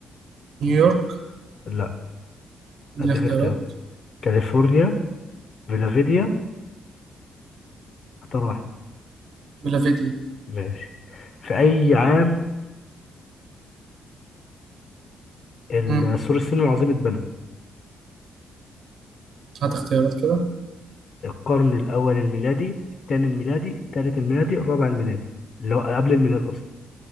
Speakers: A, on the right; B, on the left.
A: نيويورك
B: لا
A: اديني
B: هديك
A: اختيارات
B: اختيارات كاليفورنيا فيلافيديا اختار واحد
A: فيلافيديا
B: ماشي في أي عام ال-
A: امم
B: سور الصين العظيم اتبنى
A: هات اختيارات كده
B: القرن الأول الميلادي الثاني الميلادي الثالث الميلادي الرابع الميلادي اللي هو قبل الميلاد أصلا